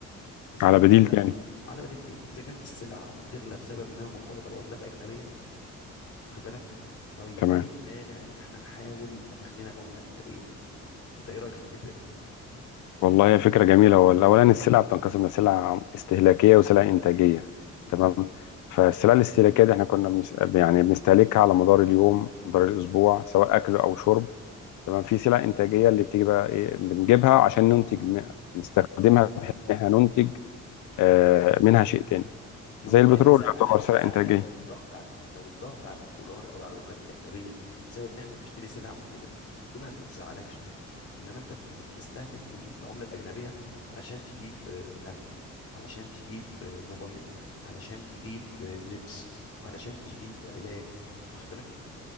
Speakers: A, on the left; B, on the left.
A: اذا
B: على
A: كانت
B: بديل
A: السلع
B: تاني
A: على بديلتين اذا كانت السلع بتغلى بسبب انها مرتبطه بعملات اجنبيه واخد بالك طيب
B: تمام
A: ايه المانع ان احنا نحاول يبقى دخلنا بعمله اجنبيه انت ايه رايك في الفكره دي
B: والله هي فكرة جميلة هو الأولاني السلع بتنقسم لسلع استهلاكية وسلع إنتاجية
A: م-
B: تمام
A: م-
B: فالسلع الاستهلاكية دي احنا كنا بنس... يعني بنستهلكها على مدار اليوم مدار الأسبوع
A: م.
B: سواء أكل أو شرب تمام في سلع انتاجيه اللي بتيجي بقى ايه بنجيبها عشان ننتج م- نستخدمها بحيث ان احنا ننتج آه، منها شيء تاني
A: ما
B: زي
A: هو
B: البترول
A: اللي زعلك
B: يعتبر سلع
A: اللي زعلك
B: انتاجيه
A: لو الضغط على لو الضغط على الدولار او على العملات الاجنبيه بسبب ان احنا بنشتري سلع منتجه دي ما تزعلكش انما انت بت- بتستهلك العمله الاجنبيه علشان تجيب آه، قمح علشان تجيب آه، موبايل علشان تجيب آه، لبس علشان تجيب علاج واخد بالك